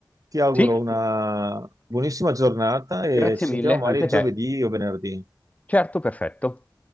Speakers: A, on the right (about 50°); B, on the left (about 20°).
A: Ti auguro
B: sì,
A: una buonissima giornata e
B: grazie
A: ci sentiamo
B: mille,
A: magari
B: anche
A: giovedì
B: a te.
A: o venerdì.
B: Certo, perfetto.